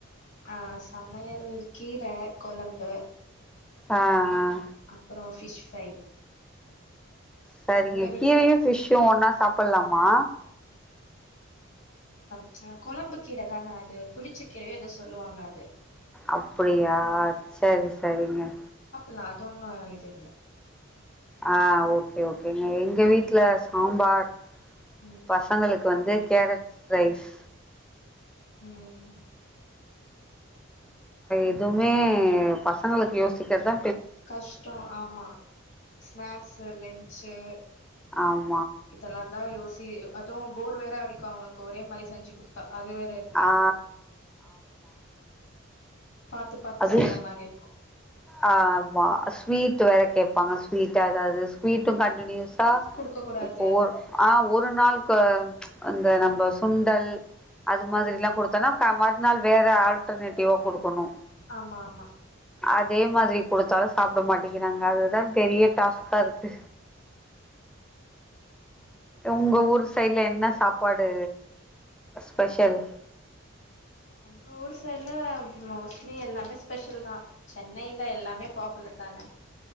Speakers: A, on the left; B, in the centre.
A: ஆஹ் சமையல் கீர கொழம்பு
B: ஆஹ் ஆஹ்
A: அப்புறம் ஃபிஷ் ஃப்ரை
B: சரிங்க
A: உங்க வீட்ல
B: கீரையும் ஃபிஷ்ஷும் ஒண்ணா சாப்பட்லாமா
A: அஹ் குழம்பு கீர தான அது புளிச்ச கீரையோ எதோ சொல்லுவாங்க அது
B: அப்டியா சரி சரிங்க
A: லா அது ஒன்னும் இது இல்ல
B: ஆஹ் ஓகே ஓகேங்க எங்க வீட்ல சாம்பார்
A: ம்
B: பசங்களுக்கு வந்து கேரட் ரைஸ்
A: உம்
B: எதுவுமே பசங்களுக்கு யோசிக்கறதா
A: கஷ்டோ ஆமா ஸ்நாக்ஸ் லன்ச்சி
B: ஆம்
A: இதெல்லா தா யோசி அதுவோ வேற அடிக்கமா இருக்கோ ஒரே மாரி செஞ்சு குடுத்தா அது வேற இருக்கு இதுல
B: ஆ
A: பாத்து பாத்து
B: அது
A: செய்ற மாரி இருக்கு
B: ஆ அத்தா ஸ்வீட் வேற கேட்பாங்க ஸ்வீடா ஏதாது ஸ்வீட்டும் கண்டியூஸ் சா
A: குடுக்க கூடாது
B: இப்போ ஒரு ஆ ஒரு நாளுக்கு அந்த நம்ப சுண்டல் அது மாதிரில்லா
A: ம்
B: கொடுத்தோன்னா மறுநாள் வேற ஆல்டர்னேட்டிவா கொடுக்கணு
A: ஆமா ஆமா
B: அதே மாதிரி கொடுத்தாலு சாப்புட மாட்டேங்கிறாங்க அதுதா பெரிய டாஸ்க்கா இருக்கு உங்க ஊர் சைடு்ல என்ன சாப்பாடு ஸ்பெஷல்
A: எங்க ஊர் சைடுல மோஸ்ட்லி எல்லாமே ஸ்பெஷல் தா சென்னையில எல்லாமே பாப்புலர் தானே